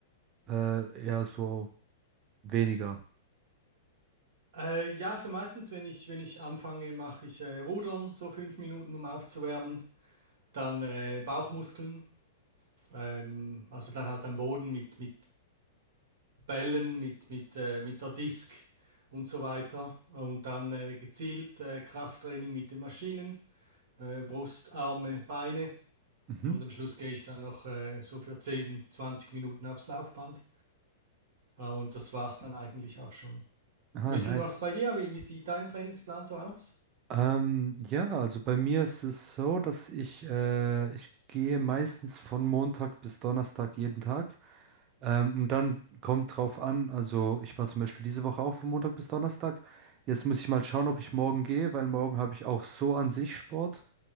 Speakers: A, on the right (about 25°); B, on the right (about 50°).
A: äh, eher so weniger?
B: Äh, ja, so meistens, wenn ich, wenn ich anfange, mache ich äh, Rudern, so fünf Minuten, um aufzuwärmen. Dann äh, Bauchmuskeln, ähm, also dann halt am Boden mit, mit Bällen, mit, mit, äh, mit der Disk und so weiter. Und dann äh, gezielt äh, Krafttraining mit den Maschinen, äh, Brust, Arme, Beine.
A: Mhm.
B: Und am Schluss gehe ich dann noch äh, so für 10, 20 Minuten aufs Laufband. Äh, und das war's dann eigentlich auch schon.
A: Ah,
B: Ein bisschen
A: nice.
B: was bei dir? Wie, wie sieht dein Trainingsplan so aus?
A: Ähm, ja, also bei mir ist es so, dass ich, äh, ich gehe meistens von Montag bis Donnerstag jeden Tag. Ähm, und dann kommt drauf an, also ich war zum Beispiel diese Woche auch von Montag bis Donnerstag. Jetzt muss ich mal schauen, ob ich morgen gehe, weil morgen habe ich auch so an sich Sport.